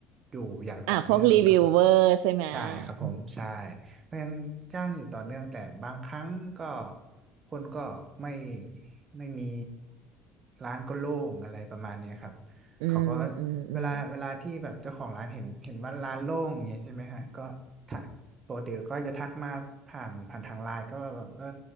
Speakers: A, on the right; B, on the right.
A: อยู่อย่างต่อเนื่องครับผม
B: อ่ะพวกรีวิวเวอร์ใช่ไหม
A: ใช่ครับผมใช่
B: อืม
A: ก็ยังจ้างอยู่ต่อเนื่องแต่บางครั้งก็คนก็ไม่ไม่มีร้านก็โล่งอะไรประมาณเนี้ยครับ
B: อืมอืมอืม
A: เขาก็เวลาเวลาที่แบบเจ้าของร้านเห็นเห็นว่าร้านโล่งอย่างเงี้ยใช่ไหมฮะก็ ปกติก็จะทักมาผ่านผ่านทางไลน์ก็ว่าแบบเออ